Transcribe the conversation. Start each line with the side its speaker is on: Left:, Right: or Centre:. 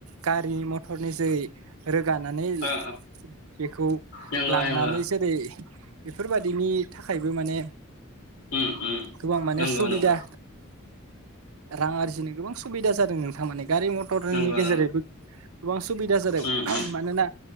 Right: गारि मथरनि जै गानानै
Left: ओ
Right: बेखौ
Left: नंगौ
Right: लांनानै
Left: नंगौ
Right: जेरै बेफोर बायदिनि थाखायबो माने
Left: उम उम
Right: गोबां माने
Left: नंगौ
Right: सुबिदा
Left: नंगौ
Right: रां आरजिनो गोबा‌ं सुबिदा जादों नोंथां माने। गारि मटरोनि
Left: नंगौ
Right: गेजेरैबो
Left: नंगौ
Right: गोबां सुबिदा जादों,
Left: उम उम
Right: मानोना